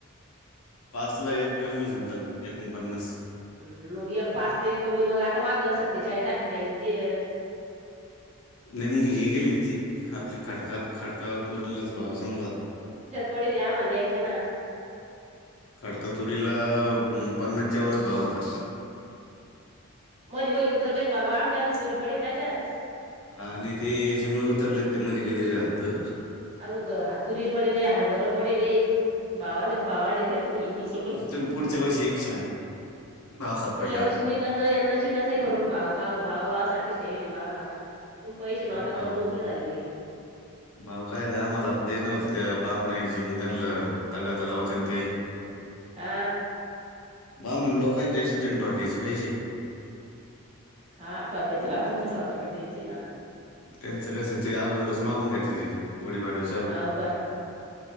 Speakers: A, on the left; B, on the right.
A: पाच ला एक कमी समजा,,, एकोणपन्नास.
B: हम् मग एक पाचला एक कमी मग, आता मागल सत्तेचाळीस अठ्ठेचाळीस गे
A: नाही मग ही गेली ना ती,, आपली खडका खडका तोरल्याच भाव सांगला आता.
B: पडेली आम्हाला द्यायच्या ना.
A: खडकातुरीला,, अ पन्नासच्या वरच भाव होता.
B: मध्ये मध्ये उतरल्येत बाबा आमच्या आत तुरी पडेल त्याच्यात.
A: हा आणि ते याच्यामुळे उतरलत,, ते मध्ये काहीतरी झालतं.
B: अजूक हा तुरी पडेल हरबरं पडेलेय. भावा मी तर भावाडे देत नाही.
A: तर पुढच्या वर्षी एक छान भाव सापड
B: ल्या वर्षी निकच यंदा श कच आहे पण भा भा भावा साच ठेवेल बावा. तुम्ही पैसे नोटा
A: भाव
B: करून मोकळे झाले लगे.
A: भाव काय? आम्हाला देणं होतं ते बामणायचे,, मग त्यांला तगाता लावते आणि ते ऐ.
B: आ
A: बामण लोकंच द्यायचं तीन टोक्याचे पैशे.
B: हा, ठोक्याच रा तुमचं <unintelligible> ना.
A: त्यांचं कसं ते अगोदरच मागुन घेत्याती, गुढी पाडव्याचं
B: अव का